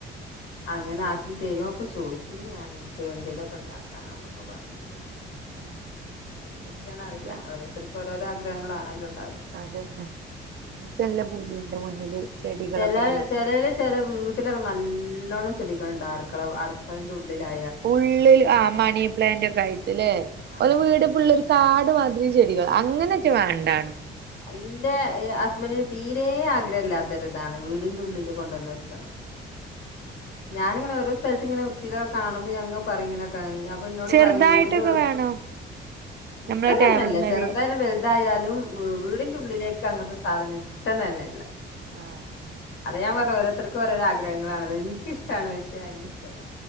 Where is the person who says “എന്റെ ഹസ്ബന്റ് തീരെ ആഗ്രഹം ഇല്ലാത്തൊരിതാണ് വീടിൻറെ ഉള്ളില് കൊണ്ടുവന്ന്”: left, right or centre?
Left